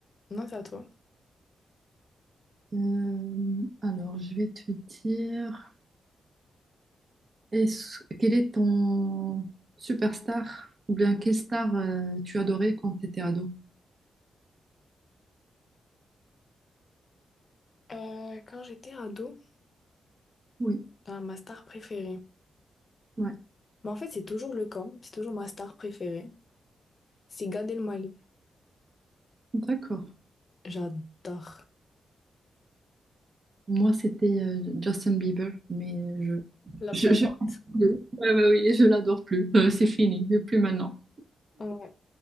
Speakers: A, on the left; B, on the right.
A: non, c'est à toi.
B: Euh, alors, je vais te dire, est-ce- quel est ton superstar ou bien quelle star euh, tu adorais quand tu étais ado?
A: Euh, quand j'étais ado,
B: Oui,
A: bah, ma star préférée.
B: ouais,
A: Mais en fait, c'est toujours le cas, c'est toujours ma star préférée. C'est Gad Elmaleh.
B: d'accord.
A: J'adore.
B: Moi, c'était euh, Justin Bieber, mais je,
A: La période.
B: je, je- ouais, ouais, oui, je l'adore plus. Euh, c'est fini, plus maintenant.
A: Ouais.